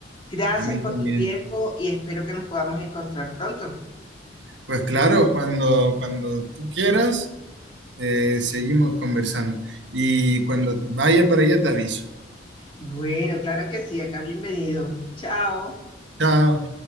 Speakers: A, on the left; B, on the right.
A: Gracias
B: A mí
A: por
B: también.
A: tu tiempo y espero que nos podamos encontrar pronto.
B: Pues claro, cuando, cuando tú quieras, eh, seguimos conversando. Y cuando vaya para allá, te aviso.
A: Bueno, claro que sí, acá bienvenido. Chao.
B: Chao.